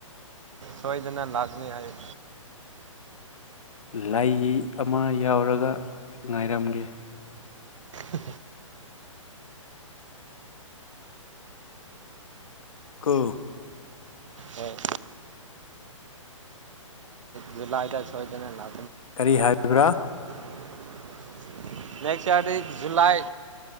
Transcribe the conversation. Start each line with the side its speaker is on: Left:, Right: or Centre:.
Right: ꯁꯣ ꯑꯗꯨꯅ ꯂꯥꯒꯅꯤ ꯍꯥꯏꯌꯦ
Left: ꯂꯥꯏ ꯑꯃ ꯌꯥꯎꯔꯒ ꯉꯥꯏꯔꯝꯒꯦ
Right: ꯑ
Left: ꯀꯨ
Right: ꯍꯣꯏ ꯗꯤ ꯂꯥꯏꯗꯁꯨꯣꯏꯗꯅ ꯂ
Left: ꯀꯔꯤ ꯍꯥꯏꯔꯤꯕ꯭ꯔꯥ
Right: <unintelligible> next year July